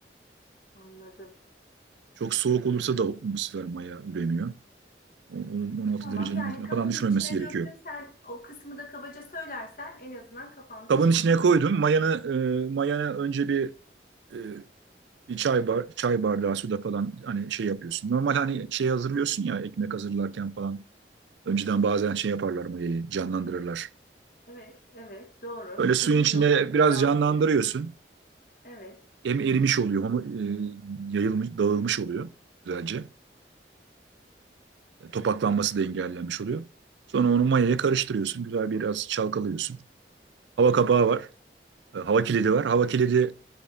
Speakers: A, on the left (about 50°); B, on the right (about 85°).
A: anladım.
B: Çok soğuk olursa da bu sefer maya üremiyor. O- onun 16
A: Tamam
B: derecenin
A: yani
B: altına
A: kabımın
B: falan düşmemesi
A: içine
B: gerekiyor.
A: döktüm. Sen o kısmı da kabaca söylersen en azından kafamda
B: Kabın
A: şekilleniyor.
B: içine koydum. Mayanı e, mayanı önce bir e, Bir çay bar, çay bardağı suda falan hani şey yapıyorsun. Normal hani şey hazırlıyorsun ya ekmek hazırlarken falan. Önceden bazen şey yaparlar mayayı canlandırırlar.
A: Evet, evet doğru.
B: Öyle suyun
A: Uyuyor,
B: içinde biraz
A: uyandı.
B: canlandırıyorsun.
A: Evet.
B: Hem erimiş oluyor ama e, yayılmış, dağılmış oluyor güzelce. E, Topaklanması da engellenmiş oluyor. Sonra onu mayaya karıştırıyorsun. Güzel biraz çalkalıyorsun. Hava kapağı var. e, Hava kilidi var. Hava kilidi